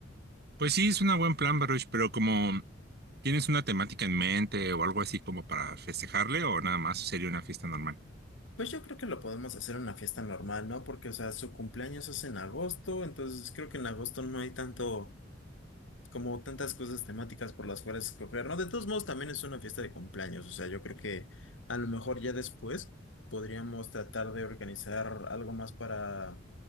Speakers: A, on the right; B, on the left.
A: Pues sí, es un buen plan, Baruch, pero como tienes una temática en mente o algo así como para festejarle o nada más sería una fiesta normal.
B: Pues yo creo que lo podemos hacer en una fiesta normal, ¿no? Porque, o sea, su cumpleaños es en agosto, entonces creo que en agosto no hay tanto como tantas cosas temáticas por las cuales escoger, ¿no? De todos modos, también es una fiesta de cumpleaños, o sea, yo creo que a lo mejor ya después podríamos tratar de organizar algo más para